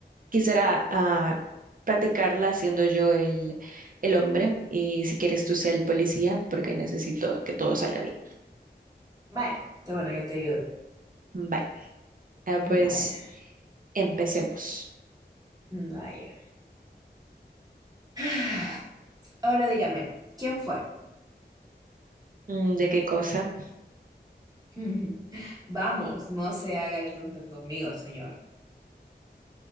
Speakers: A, on the right; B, on the right.
A: quisiera ah, practicarla siendo yo el, el hombre y si quieres tú sea el policía porque necesito que todo salga bien.
B: vaya. Está bueno, yo te ayudo.
A: Bye. Ah, pues
B: Vaya,
A: empecemos.
B: vaya. <sighs> Ahora dígame, ¿quién fue?
A: Mm, ¿De qué cosa?
B: <laughs> Vamos, no se haga el tonto conmigo, señor.